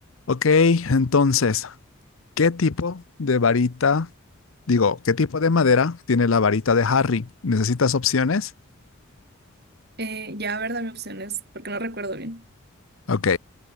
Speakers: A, on the left (about 70°); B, on the right (about 50°).
A: Ok, entonces, ¿qué tipo de varita, digo, qué tipo de madera tiene la varita de Harry? ¿Necesitas opciones?
B: Eh, ya, a ver, dame opciones, porque no recuerdo bien.
A: Ok,